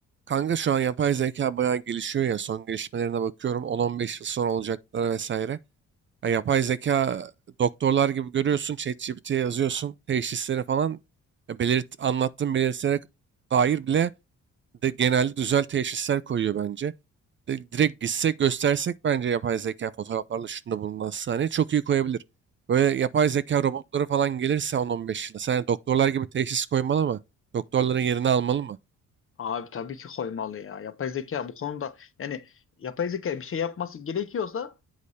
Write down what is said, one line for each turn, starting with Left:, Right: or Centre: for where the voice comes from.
Right: Kanka şu an yapay zeka bayağı gelişiyor ya son gelişmelerine bakıyorum 10-15 yıl sonra olacaklara vesaire. Ya yapay zeka doktorlar gibi görüyorsun ChatGPT'ye yazıyorsun teşhisleri falan ya belirt, anlattığın belirtilere dair bile de genelde düzel teşhisler koyuyor bence. Di- direkt gitsek göstersek bence yapay zeka fotoğraflarla şunda bulunan sahneyi çok iyi koyabilir. Böyle yapay zeka robotları falan gelirse 10-15 yıla sen doktorlar gibi teşhis koymalı mı? Doktorların yerini almalı mı?
Left: Abi tabii ki koymalı ya. Yapay zeka bu konuda yani yapay zeka bir şey yapması gerekiyorsa